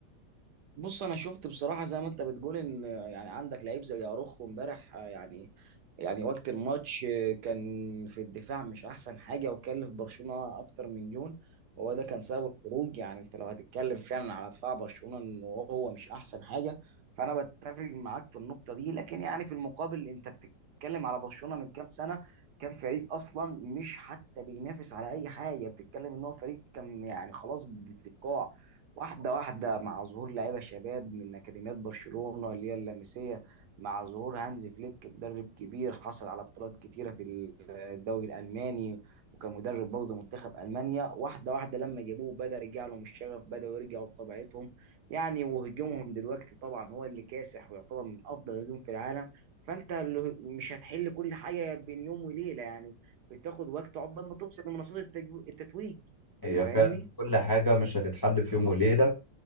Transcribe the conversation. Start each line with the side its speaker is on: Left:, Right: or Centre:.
Right: بص انا شفت بصراحه زي ما انت بتقول ان يعني عندك لعيب زي اروخو امبارح آه، يعني يعني وقت الماتش آه، كان في الدفاع مش احسن حاجه وكلف برشلونه اكتر من جون وهو ده كان سبب الخروج يعني انت لو هتتكلم فعلا على دفاع برشلونه ان هو مش احسن حاجه فانا بتفق معاك في النقطه دي لكن يعني في المقابل انت بتتكلم على برشلونه من كام سنه كان فريق اصلا مش حتى بينافس على اي حاجه بتتكلم ان هو فريق كان يعني خلاص في القاع واحدة واحدة مع ظهور لعيبة شباب من أكاديميات برشلونة اللي هي اللمسية مع ظهور هانز فليك مدرب كبير حصل على بطولات كتيرة في الدوري الألماني وكان مدرب برضه منتخب ألمانيا واحدة واحدة لما جابوه بدأ يرجع لهم الشغف بدأ يرجعوا لطبيعتهم يعني وهجومهم دلوقتي طبعا هو اللي كاسح ويعتبر من أفضل الهجوم في العالم فأنت اللي- مش هتحل كل حاجة بين يوم وليلة يعني بتاخد وقت عقبال ما توصل لمنصات التجو- التتويج
Left: هي
Right: أنت فاهمني؟
Left: فعلا كل حاجة مش هتتحل في يوم وليلة